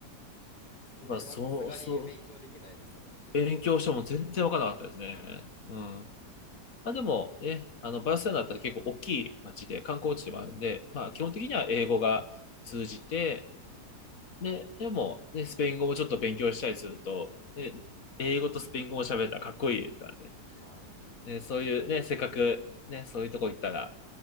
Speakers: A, on the left (about 75°); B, on the left (about 55°).
A: あー <laughs> それはさすがに勉強できないですもんね。
B: ぱ、そう、そう、勉強しても全然わからなかったですね。うん。
A: あ
B: まあでもね、あの、バルセロナだったら結構大きい街で、観光地でもあるんで、まあ基本的には英語が通じて、
A: あ、はい。うん。
B: で、でも、ね、スペイン語もちょっと勉強したりすると、で、英語とスペイン語を喋れたらかっこいいですからね。
A: ああ、いいですね。
B: ねそういうね、せっかくね、そういうとこ行ったら、